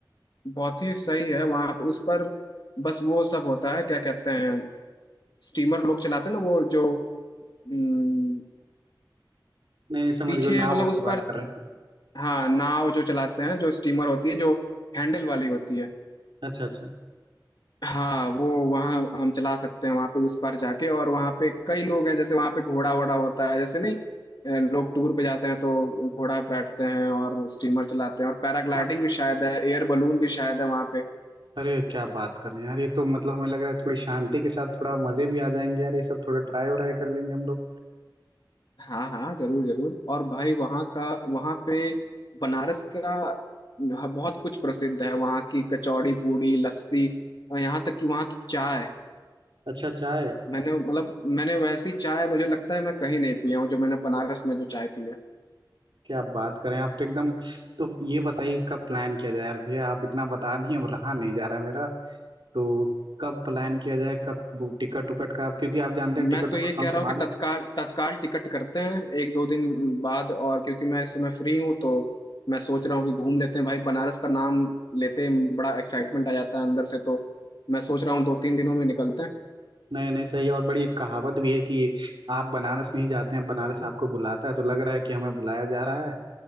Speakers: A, on the left; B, on the right.
A: बहुत ही सही है वहां पर उस पर बस वो सब होता है क्या कहते हैं स्टीमर लोग चलाते हैं ना वो जो हम्म,
B: नहीं नहीं, समझ
A: पीछे
B: गए नाव
A: मतलब उस
B: की बात
A: पर
B: कर रहे हैं आप
A: हाँ नाव जो चलाते हैं जो स्टीमर होती है जो हैंडल वाली होती है
B: अच्छा अच्छा
A: हाँ वो वहाँ हम चला सकते हैं वहाँ पे उस पार जाके और वहाँ पे कई लोग हैं जैसे वहाँ पे घोड़ा वोड़ा होता है जैसे नहीं अ, लोग टूर पे जाते हैं तो घोड़ा पे बैठते हैं और स्टीमर चलाते हैं और पैराग्लाइडिंग
B: हाँ
A: भी शायद है एयर बलून भी शायद है वहाँ पे
B: अरे क्या बात कर रहे हैं यार ये तो मतलब हमें लग रहा है थोड़ी शांति के साथ थोड़ा मजे भी आ जाएंगे यार ये सब थोड़ा ट्राई व्राई कर लेंगे हम लोग
A: हाँ हाँ जरूर जरूर और भाई वहाँ का वहाँ पे बनारस का ह- बहुत कुछ प्रसिद्ध है वहाँ की कचौड़ी पूड़ी लस्सी और यहाँ तक कि वहाँ की चाय
B: अच्छा चाय
A: मैंने मतलब मैंने वैसी चाय मुझे लगता है मैं कहीं नहीं पिया हूँ जो मैंने बनारस में जो चाय पी है
B: क्या बात करें आप तो एकदम तो ये बताइए कब प्लान किया जाए यार भैया आप इतना बता दिए अब रहा नहीं जा रहा है मेरा तो कब प्लान किया जाए कब टिकट उकट का आप क्योंकि आप जानते हैं टिकट
A: मैं तो
B: उकट
A: ये
B: तो
A: कह
B: हम
A: रहा
B: संभाल
A: हूँ कि तत्काल तत्काल टिकट करते हैं एक दो दिन बाद और क्योंकि मैं इस समय फ्री हूँ तो मैं सोच रहा हूँ कि घूम लेते हैं भाई बनारस का नाम लेते ही बड़ा एक्साइटमेंट आ जाता है अंदर से तो मैं सोच रहा हूँ दो तीन दिनों में निकलते हैं
B: नहीं नहीं सही है, और बड़ी कहावत भी है कि आप बनारस नहीं जाते हैं बनारस आपको बुलाता है तो लग रहा है कि हमें बुलाया जा रहा है